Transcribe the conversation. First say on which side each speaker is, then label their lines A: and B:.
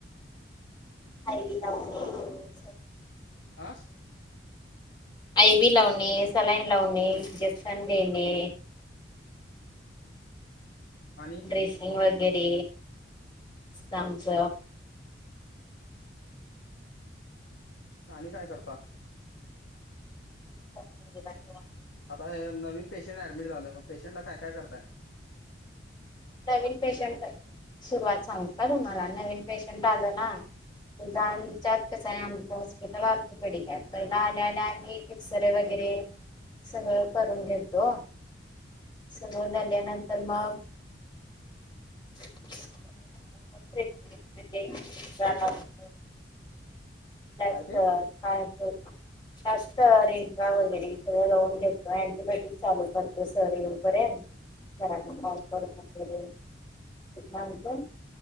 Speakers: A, on the left (about 25°); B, on the left (about 70°).
A: <unintelligible>
B: आं?
A: आयवी लावणे सलाईन लावणे इंजेक्शन देणे.
B: <inaudible> आणि
A: ड्रेसिंग वगैरे, स्नॅपच.
B: आणि काय करता?
A: <inaudible>
B: आता हे नवीन पेशंट ऍडमिट झालं, मग पेशंटला काय काय करताय?
A: नवीन पेशंट सुरुवात सांगू का तुम्हाला नवीन पेशंट आलं ना. आमच्यात कस आहे आमचं हॉस्पिटल अर्थ पेडीक पहिला आल्या आल्या आम्ही सरे वगैरे सगळं करून घेतो. सगळ झाल्या नंतर मग. <unintelligible> जास्त
B: काय ते
A: पायाच. जास्त रेनफ्लावर बिडी सगळं लावून घेतो अँटीबायोटिक चालू करत ओ सॉरी बरे आहात. सराला
B: हम्म
A: कॉल करून वगैरे आमचं